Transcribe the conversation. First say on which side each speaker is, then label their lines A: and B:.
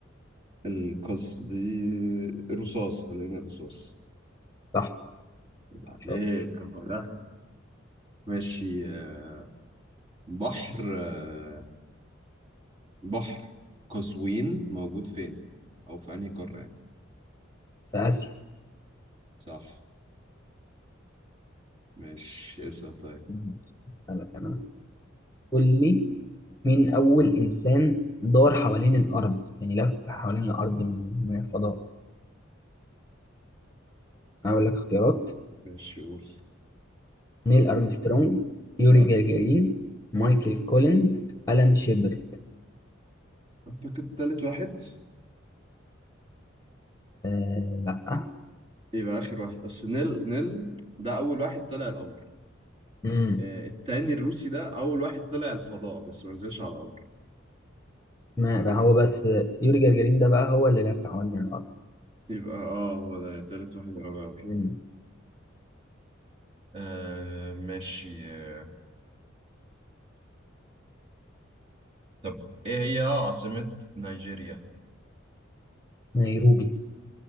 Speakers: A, on the right; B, on the left.
A: القصدير الرصاص خلينا الرصاص
B: صح
A: يبقى
B: شاطر
A: عليك أهو ده ماشي آه، بحر آه، بحر قزوين موجود فين او في انهي قارة يعني
B: في آسيا
A: صح ماشي اسأل طيب
B: مم. أسألك أنا قول لي مين أول إنسان دار حوالين الأرض يعني لف حوالين الأرض من من الفضاء أقول لك اختيارات
A: ماشي قول
B: نيل أرمسترونج يوري
A: لا
B: جagarin مايكل كولينز ألان شيبرد
A: اعتقد تالت واحد
B: آه لأ
A: يبقى اخر واحد اصل نيل نيل ده اول واحد طلع القمر
B: امم
A: آه، التاني الروسي ده اول واحد طلع الفضاء بس ما نزلش على القمر
B: ما بقى هو بس يوري جagarin ده بقى هو اللي لف حوالين الأرض
A: يبقى اه هو ده تالت واحد يبقى أول واحد
B: امم
A: آه ماشي آه. طب ايه هي عاصمة نيجيريا؟
B: نيروبي